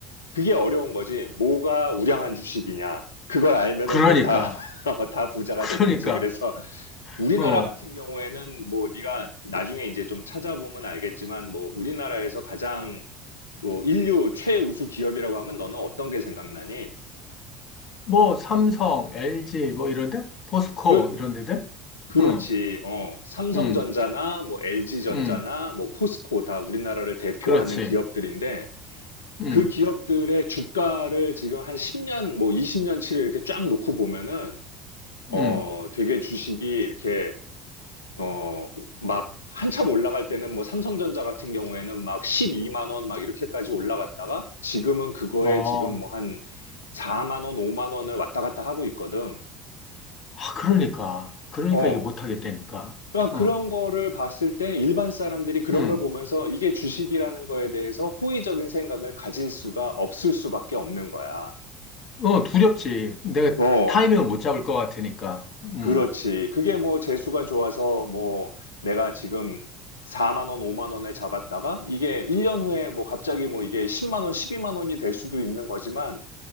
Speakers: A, on the left; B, on the left.
A: 그게 어려운 거지. 뭐가 우량한 주식이냐. 그걸 알면은
B: 그러니까,
A: 뭐 다, <laughs> 다 부자가
B: <laughs>
A: 됐겠지.
B: 그러니까,
A: 그래서 우리나라
B: 어,
A: 같은 경우에는 뭐 네가 나중에 이제 좀 찾아보면 알겠지만 뭐 우리나라에서 가장 뭐 인류 최우수 기업이라고 하면 너는 어떤 게 생각나니?
B: 뭐, 삼성, LG, 뭐, 이런데? 포스코,
A: 그렇,
B: 이런 데들?
A: 그렇지.
B: 응,
A: 어, 삼성전자나
B: 응,
A: 뭐 LG전자나
B: 응,
A: 뭐 포스코 다 우리나라를 대표하는
B: 그렇지.
A: 기업들인데
B: 응,
A: 그 기업들의 주가를 지금 한 10년, 뭐 20년치를 이렇게 쫙 놓고 보면은 어,
B: 응,
A: 되게 주식이 이렇게, 어, 막 한참 올라갈 때는 뭐 삼성전자 같은 경우에는 막 12만 원 막 이렇게까지 올라갔다가 지금은 그거에
B: 어,
A: 지금 뭐 한 4만 원, 5만 원을 왔다 갔다 하고 있거든.
B: 아, 그러니까. 그러니까
A: 어.
B: 이게 못하겠다니까.
A: 그러니까
B: 어,
A: 그런 거를 봤을 때 일반 사람들이 그런
B: 응,
A: 걸 보면서 이게 주식이라는 거에 대해서 호의적인 생각을 가질 수가 없을 수밖에 없는 거야.
B: 어, 두렵지. 내가
A: 어.
B: 타이밍을 못 잡을 것 같으니까. 응,
A: 그렇지. 그게 뭐 재수가 좋아서 뭐 내가 지금 4만 원, 5만 원에 잡았다가 이게 1년 후에 뭐 갑자기 뭐 이게 10만 원, 12만 원이 될 수도 있는 거지만